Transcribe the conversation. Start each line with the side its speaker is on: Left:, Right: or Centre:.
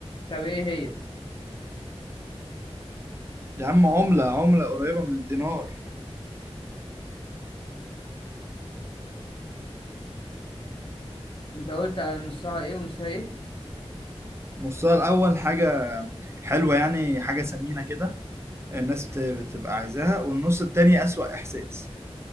Left: طب ايه هي
Right: يا عم عملة عملة قريبة من الدينار
Left: انت قلت على نصها ايه ونصها ايه
Right: نصها الأول حاجة حلوة يعني حاجة ثمينة كده الناس بت- بتبقى عايزاها والنص التاني أسوأ إحساس